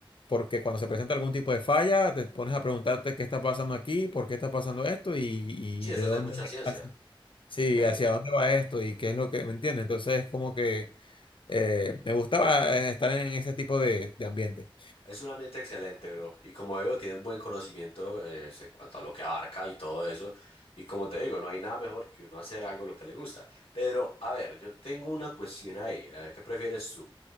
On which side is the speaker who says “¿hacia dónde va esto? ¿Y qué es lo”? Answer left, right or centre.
Left